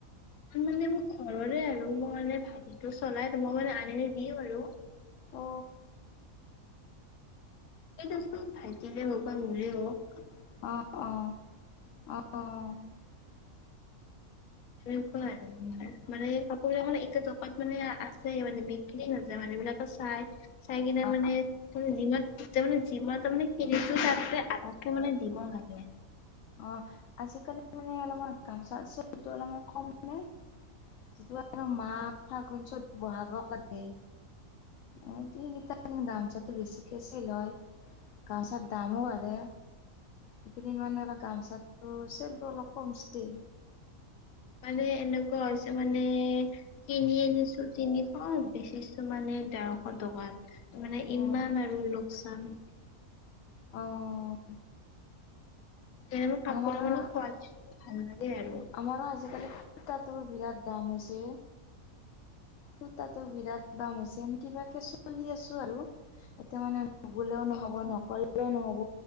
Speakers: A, on the left; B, on the left.
A: মানে মোৰ ঘৰৰে আৰু মই মানে ভাইতিটো চলাই মই মানে আনি নি দিওঁ আৰু
B: অ
A: এইটোচোন ভাইটীৰে হবা মৰে হক
B: অ অহ অহ
A: এনেকুৱা আৰু আমাৰ মানে কাপোৰ বিলাক মানে এতিয়া টকাত মানে আছে মানে বিক্ৰী নাযায় মানে এইবিলাকে চাই চাই কিনে
B: অ
A: মানে যিমান যিমান তাৰমানে কিনিছো তাত আধাতকে মানে দিব লাগে
B: অ আজিকালি মানে অলপমান গামচা চেলটো অলপমান কমে যিটো আৰু মাঘ ফাগুন চব বহাগৰে <unintelligible> ডান্সত বেছিকে চেলয়, গামচাৰ দামো বাৰে, এইকেইদিন মানে <unintelligible> তো' চেলটো অলপ কমছে
A: মানে এনেকুৱা হৈছে মানে কিনি আনিছোঁ তিনিশ, বেচিছো মানে ডেৰশ টকাত। মানে ইমান
B: অ
A: আৰু ল চাম
B: অ'
A: <unintelligible> কাপোৰ
B: আমাৰো
A: মানে কোৱালিটিটো ভাল লাগে আৰু।
B: আমাৰো আজিকালি সূতাটোৰ বিৰাট দাম হৈছে, সূতাটো বিৰাট দাম হৈছে এনে কিবাকে চলি আছোঁ আৰু এতিয়া মানে নবলেয়ো নহ'ব,
A: অ',
B: নকৰিলেওঁ নহ'ব